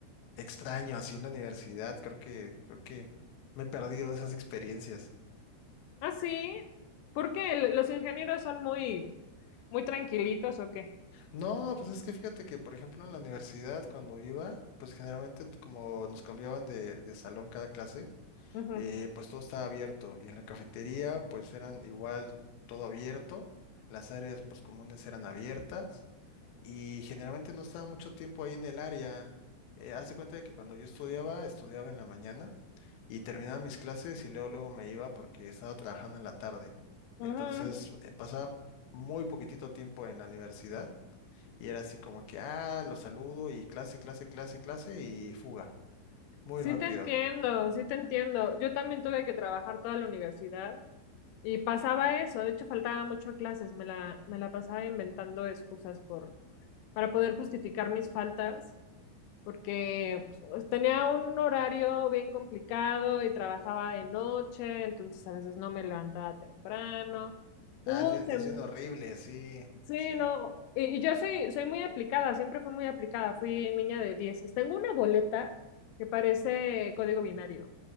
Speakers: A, on the left; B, on the left.
A: extraño así en la universidad. Creo que, creo que me he perdido de esas experiencias.
B: Ah, sí, ¿por qué? los ingenieros son muy, muy tranquilitos o qué?
A: No, pues es que fíjate que, por ejemplo, en la universidad, cuando iba, pues generalmente t- como nos cambiaban de, de salón cada clase,
B: Ujú.
A: eh, pues todo estaba abierto y en la cafetería pues eran igual todo abierto, las áreas pues comunes eran abiertas y generalmente no estaba mucho tiempo ahí en el área. Eh, haz de cuenta de que cuando yo estudiaba, estudiaba en la mañana y terminaba mis clases y luego luego me iba porque estaba trabajando en la tarde.
B: Ujú.
A: Entonces, eh, pasaba muy poquitito tiempo en la universidad y era así como que, ah, lo saludo y clase, clase, clase, clase y fuga. Muy
B: Sí
A: rápido.
B: te entiendo, sí te entiendo. Yo también tuve que trabajar toda la universidad y pasaba eso. De hecho, faltaba mucho a clases. Me la, me la pasaba inventando excusas por, para poder justificar mis faltas, porque pues, tenía un horario bien complicado y trabajaba de noche, entonces a veces no me levantaba temprano.
A: Ah,
B: Hubo
A: es bien,
B: un, sem-
A: es bien horrible, sí,
B: Sí,
A: sí.
B: no, y, y yo soy, soy muy aplicada, siempre fui muy aplicada, fui niña de 10. Tengo una boleta que parece código binario,